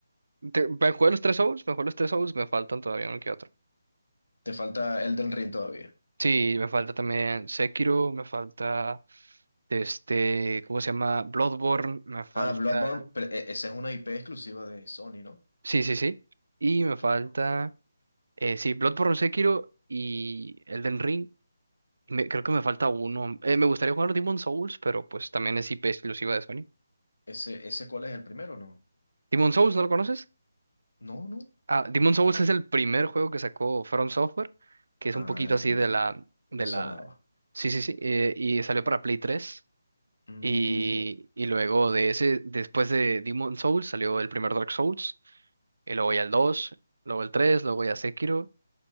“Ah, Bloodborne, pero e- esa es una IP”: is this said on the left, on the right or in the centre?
Left